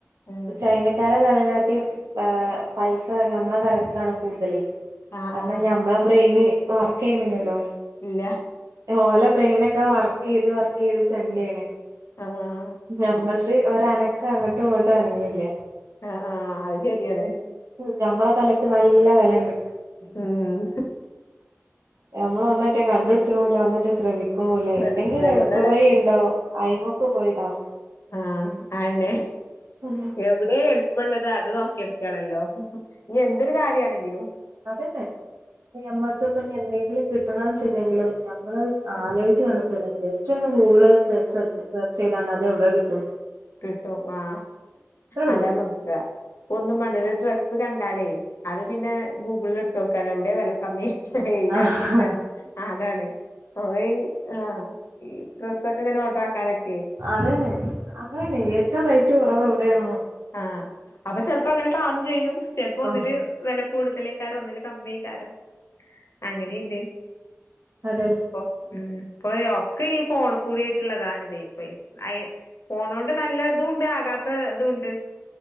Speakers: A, on the left (about 60°); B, on the right (about 80°).
A: ഉം
B: ചൈനക്കാരെ നലനാട്ട്യം ആ പൈസ ഞമ്മളെ തലക്കാണ് കൂടുതല്
A: ആ
B: കാരണം
A: ആ
B: ഞമ്മളെ ബ്രെയിന് വർക്ക് ചെയ്യണില്ലല്ലോ
A: ഇല്ല
B: ഓല ബ്രെയിൻ ഒക്കെ വർക്ക് ചെയ്ത് വർക്ക് ചെയ്ത് ചെണ്ടിയാണ്
A: ആ ആ
B: ഞമ്മൾത് ഒരനക്ക് അങ്ങോട്ടും ഇങ്ങോട്ടും അനങ്ങണില്ല
A: ആഹ് അത് ശരിയാണ്
B: ഞമ്മളെ തലക്ക് നല്ല വിലയുണ്ട്
A: ഉം
B: ഞമ്മള് ഒന്നും ഒട്ട് കണ്ടുപിടിച്ചതും ഇല്ല ഒന്നും ഒട്ട് ശ്രമി
A: ശ്രമിക്കും
B: എന്തെങ്കിലും ഒരു
A: നമ്മൾതവിടെ
B: എളുപ്പ വഴി ഉണ്ടോ അയിമക്ക് പോയിതാവും
A: ആഹ് ആന്നെ
B: ഉം
A: എവിടെ എളുപ്പമുള്ളത് അത് നോക്കിയടു ണല്ലോ ഇനി എന്തൊരു കാര്യമാണെങ്കിലും
B: അതന്നെ ഞമ്മക്കിപ്പം എന്തെങ്കിലും കിട്ടണോന്ന്ച്ചണ്ടെങ്കിലും ഞമ്മള്
A: ആഹ്
B: ആലോചിച്ച് കുഴപ്പമില്ല ജസ്റ്റ് ഒന്ന് ഗൂഗിള് സെർച്ച് ചെയ്താണ്ട് അതെവിടെ കിട്ടും
A: കിട്ടും ആ
B: അത്രേ ഉള്ളൂ
A: അതാ നോക്കുക ഒന്നും മണ്ട ഡ്ര ത് കണ്ടാലേ അത് പിന്നെ ഗൂഗിളിൽ ഇട്ട് നോക്കാണ് എവിടെയ വിലക്കമ്മി എയിലാ
B: ആഹ്
A: കിട്ട അതാണ് അ ആ ഈ ഡ്രസ്സൊക്കെ ഇങ്ങനെ ഓഡർ ആാക്കാനൊക്കെ
B: അതന്നെ അങ്ങനെയന്നെ ഏറ്റവും റേറ്റ് കുറവ് എവിടെയാണ്
A: ആ അപ്പൊ ചെിലപ്പോ അങ്ങനെ കാണും ചെയ്യും ചെപ്പോ ഒന്നില്
B: ഓഹ്
A: വില കൂടുതലക്കാാരോ ഒന്നില് കമ്മിക്കാരോ അങ്ങനെയുണ്ട്
B: അതന്നെ
A: ഉം ഇപ്പൊ ഒക്കെ ഈ ഫോൺ കൂടെയായിട്ടുള്ളതാണിതേ ഇപ്പേ അയ ഫോണോണ്ട് നല്ല ഇതുണ്ട് അത്ത ഇതുണ്ട്